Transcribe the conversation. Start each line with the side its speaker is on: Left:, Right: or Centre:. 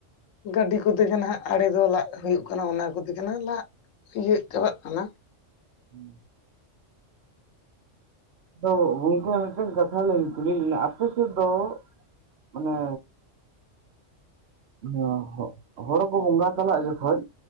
Left: ᱜᱟᱹᱰᱤ ᱠᱚᱛᱮ ᱜᱮ ᱱᱟᱦᱟᱜ ᱟᱲᱮ ᱫᱚ ᱞᱟᱜ ᱦᱩᱭᱩᱜ ᱠᱟᱱᱟ ᱚᱱᱟ ᱠᱚᱛᱮ ᱱᱟᱦᱟᱜ ᱞᱟᱜ, ᱤᱭᱟᱹᱜ <unintelligible> ᱠᱟᱱᱟ᱾
Right: ᱦᱩᱸ᱾ ᱫᱚ ᱜᱚᱝᱠᱮ <inaudible> ᱢᱤᱫᱴᱮᱱ ᱠᱟᱛᱷᱟ ᱞᱤᱧ ᱠᱩᱞᱤᱭᱮᱜ ᱵᱤᱱᱟ ᱟᱯᱮ ᱥᱮᱫ ᱫᱚ, ᱢᱟᱱᱮ ᱦᱚᱸ ᱦᱚ ᱦᱚᱲ ᱠᱚ ᱵᱚᱸᱜᱟ ᱛᱟᱞᱟᱜ ᱡᱚᱠᱷᱚᱡ,